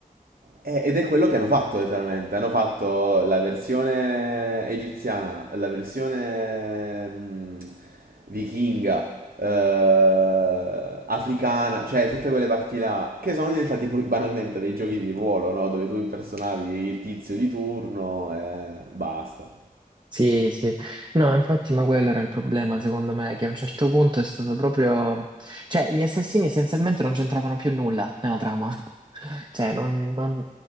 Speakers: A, on the right; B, on the right.
A: eh, Ed è quello che hanno fatto letteralmente, hanno fatto la versione egiziana, la versione mm, vichinga, eh, africana, cioè tutte quelle parti là, che sono diventati poi banalmente dei giochi di ruolo, no? Dove tu impersonavi il tizio di turno e basta.
B: Sì, sì. No, infatti, ma quello era il problema, secondo me, che a un certo punto è stato proprio... Cioè, gli assassini essenzialmente non c'entravano più nulla nella trama. <laughs> Cioè, non... non-